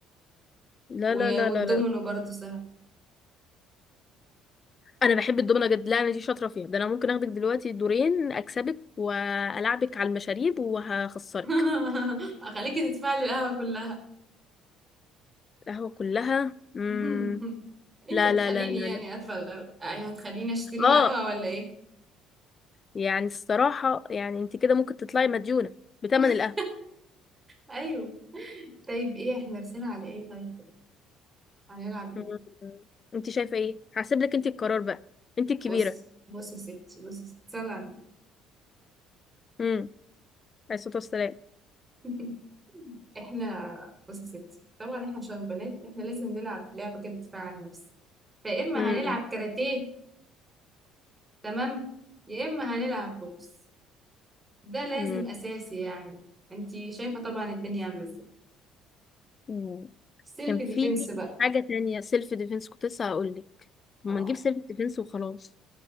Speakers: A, on the left; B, on the right.
A: لا
B: و...
A: لا لا
B: والدومينو
A: لا لا
B: برضه سهل
A: انا بحب الدومنة جد لا انا دي شاطرة فيها ده انا ممكن اخدك دلوقتي دورين اكسبك والعبك على المشاريب وهخسرك
B: <laughs> اخليكي تدفعي لي القهوة كلها
A: القهوة كلها مم...
B: <laughs> انت
A: لا
B: هتخليني
A: لا لا لا
B: يعني
A: لا
B: ادخل هتخليني اشتري
A: اه
B: القهوة ولا ايه
A: يعني الصراحة يعني انت كده ممكن تطلعي مديونة بتمن
B: <laughs>
A: القهوة
B: ايوه طيب ايه احنا رسينا على ايه طيب هنلعب ايه
A: مم. انت شايفه ايه هسيب لك انت القرار بقى انت الكبيره
B: بص بص يا ستي بص يا ستي سلام عليك.
A: امم عليه الصلاه والسلام
B: <laughs> احنا بص يا ستي طبعا احنا عشان بنات احنا لازم نلعب لعبة كده دفاع عن النفس فيا اما
A: امم
B: هنلعب كاراتيه تمام يا اما هنلعب بوكس ده لازم
A: امم
B: اساسي يعني انتي شايفة طبعا الدنيا عاملة ازاي
A: أمم.
B: سيلف
A: كان
B: ديفense
A: في
B: بقى
A: حاجه تانية سيلف ديفense كنت لسه هقول لك طب
B: اه
A: ما نجيب سيلف ديفenس وخلاص